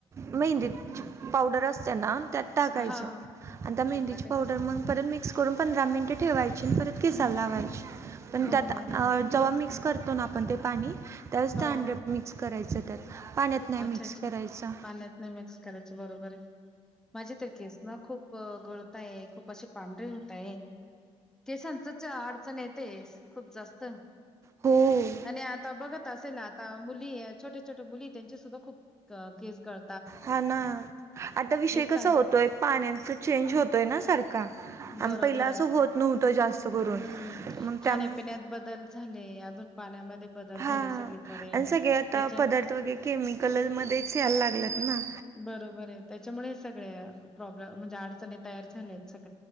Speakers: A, on the right; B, in the centre.
A: मेहंदीत पावडर असते ना त्यात टाकायचं
B: हा हा
A: आणि त्या मेहंदीची
B: त्यात टाकायचं
A: पावडर मग परत मिक्स करून. पंधरा मिनटं ठेवायची परत केसाला लावायची पण
B: हो
A: त्यात
B: हो हो
A: जेव्हा मिक्स कर आपण ते पाणी त्याच
B: हो
A: त्या
B: हो
A: मिक्स करायचं. त्यात पाण्यात नाही मिक्स
B: अच्छा अच्छा
A: करायचं
B: पाण्याच नाही मिक्स करायचं बरोबर आहे. माझे तर केस ना खूप गळताय. खूप अशी पांढरे होतय केसांचच अडचण येते खूप जास्त
A: हो
B: आणि आता बघत असेल आता मुली छोटे छोटे मुली त्यांचे सुद्धा खूप केस गळ
A: हा ना आता विषय कसा
B: चांग
A: होतोय पाण्याचा चेंज होतोय ना सारखा आम
B: बरोबर
A: पहिला
B: आहे
A: असं होत नव्हतं जास्त करून
B: हम्म
A: मग त्यामु
B: खाण्यापिण्यात बदल झाले अजून पाण्यामध्ये बदल
A: हा
B: झाले सगळीकडे
A: आणि सगळे आता
B: त्याच्या
A: पदार्थ वगैरे केमिकल मध्येच यायला लागलेत ना
B: बरोबर आहे त्याच्यामुळे सगळे प्रॉब्लेम म्हणजे अडचणी तयार झाल्या आहेत सग